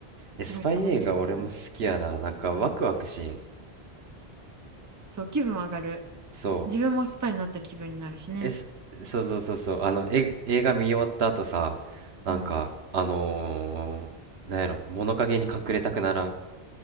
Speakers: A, on the right; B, on the right.
A: え、
B: すごい楽しいんだよね。
A: スパイ映画俺も好きやな。なんかワクワクしん。
B: そう、気分上がる。
A: そう。
B: 自分もスパイになった気分になるしね。
A: え、そそうそうそうそう、あの、え、映画見終わった後さ、なんか、
B: うん。
A: あのー、なんやろ、物陰に隠れたくならん。